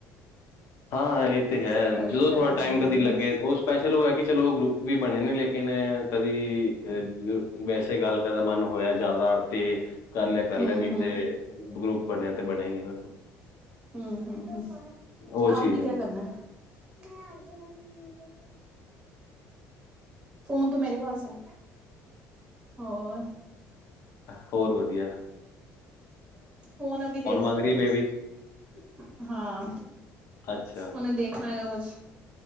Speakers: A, on the left; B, on the right.
A: ਹਾਂ ਇਹ ਤੇ ਹੈ
B: ਸਾਰੇ
A: ਜਦੋਂ
B: ਘਰਾਂ
A: ਥੋੜਾ
B: ਚ
A: ਟਾਈਮ
B: ਬਿਜ਼ੀ
A: ਕਦੀ ਲੱਗੇ
B: ਨੇ
A: ਉਹ ਸਪੈਸ਼ਲ ਹੋਇਆ ਕਿ ਚਲੋ ਉਹ ਗਰੁੱਪ ਵੀ ਬਣੇ ਨੇ ਲੇਕਿਨ ਐ ਕਦੀ ਆ ਗ ਵੈਸੇ ਗੱਲ ਕਰਨ ਦਾ ਮਨ ਹੋਇਆ ਜ਼ਿਆਦਾ ਤੇ ਕਰ ਲਿਆ ਕਰ
B: ਹੂੰ
A: ਲਿਆ ਨਹੀਂ
B: ਹੂੰ
A: ਤੇ ਗਰੁੱ ਬਣਿਆ ਤੇ ਬਣਿਆ ਹੀ ਹੈ ਬਸ
B: ਹਮ ਹਮ ਹਮ
A: ਉਹ
B: ਆਪ
A: ਚੀਜ਼
B: ਨੇ
A: ਹੈ
B: ਕਿਆ ਕਰਨਾ ਮੈਂ ਅਜੇ ਮੰਮੀ ਦੀ ਫੋਨ ਤ ਮੇਰੇ ਪਾਸ ਹੈ ਹੋਰ।
A: ਹੋਰ ਵਦੀਆ।
B: ਫੋਨ ਅਭੀ ਦੇ ਦੂੰਗੀ
A: ਮੰਗ ਰਹੀ
B: ਤੇਰੇ
A: ਬੇਬੀ?
B: ਕੋ, ਹਾਂ
A: ਅੱਛਾ,
B: ਉਹਨੇ ਦੇਖਣਾ ਹੈਗਾ ਕੁੱਛ।